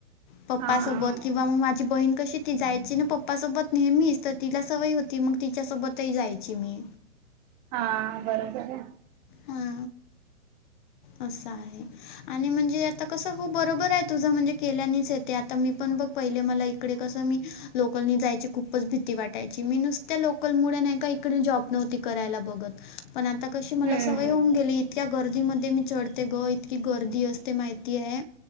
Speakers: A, on the left (about 40°); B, on the right (about 30°).
A: पप्पा
B: हा
A: सोबत किंवा मग माझी बहीण कशी ती जायची ना पप्पासोबत नेहमीच तर तिला सवय होती मग तिच्या सोबतही जायची मी.
B: हा बरोबर आहे.
A: हा असं आहे. आणि म्हणजे आता कसं हो बरोबर आहे तुझं म्हणजे केल्यानेच येते आता मी पण बघ पहिले मला इकडे कसं मी लोकलनी जायची खूपच भीती वाटायची मी नूसत्या लोकल मुळे नाही का इकडे जॉब नव्हती करायला बघत. पण आता कशी मला
B: हम्म
A: सवय
B: हम्म.
A: होऊन गेली इतक्या गर्दीमध्ये मी चढते ग इतकी गर्दी असते माहिती आहे